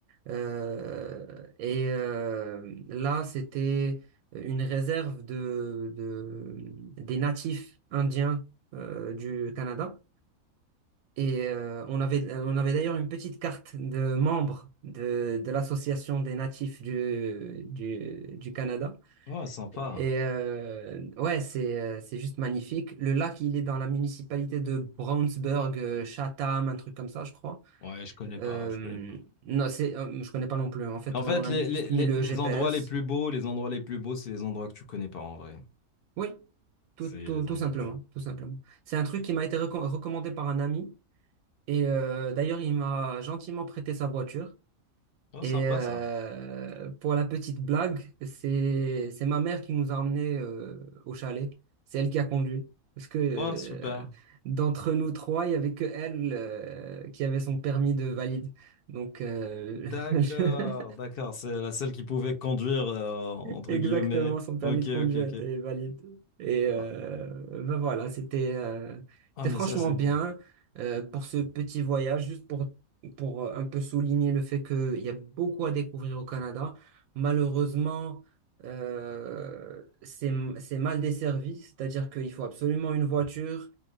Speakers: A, on the right; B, on the left.
A: Euh, et euh, là, c'était une réserve de, de- des natifs indiens euh, du Canada. Et euh, on avait, on avait d'ailleurs une petite carte de membres de, de l'association des natifs du, du, du Canada.
B: Ouais, sympa.
A: Et euh, ouais, c'est euh, c'est juste magnifique. Le lac, il est dans la municipalité de Brownsburg, euh, Chatham, un truc comme ça, je crois.
B: Ouais, je connais pas,
A: Euh,
B: je connais pas.
A: non, c'est, euh, je connais pas non plus. En fait,
B: Mais en
A: on
B: fait,
A: a
B: les,
A: mis- juste
B: les, les,
A: mis le
B: les
A: GPS.
B: endroits les plus beaux, les endroits les plus beaux, c'est les endroits que tu connais pas en vrai.
A: Oui, tout,
B: C'est
A: tout,
B: les
A: tout
B: endroits
A: simplement,
B: que tu...
A: tout simplement. C'est un truc qui m'a été reco- recommandé par un ami. Et euh, d'ailleurs, il m'a gentiment prêté sa voiture.
B: Oh,
A: Et
B: sympa
A: euh,
B: ça.
A: pour la petite blague, c'est c'est ma mère qui nous a emmenés euh, au chalet. C'est elle qui a conduit. Parce que euh,
B: Oh, super.
A: d'entre nous trois, il n'y avait que elle euh, qui avait son permis de valide. Donc, euh,
B: D'accord,
A: <laughs> je-
B: d'accord. C'est la seule qui pouvait conduire, euh, entre
A: <laughs> Exactement,
B: guillemets.
A: son permis
B: Ok,
A: de
B: ok,
A: conduire
B: ok.
A: était valide. Et euh,
B: Ah,
A: ben voilà, c'était euh,
B: ah,
A: c'était
B: mais
A: franchement
B: ça, c'est
A: bien
B: beau.
A: euh, pour ce petit voyage, juste pour, pour euh, un peu souligner le fait qu'il y a beaucoup à découvrir au Canada. Malheureusement, euh, c'est, c'est mal desservi, c'est-à-dire qu'il faut absolument une voiture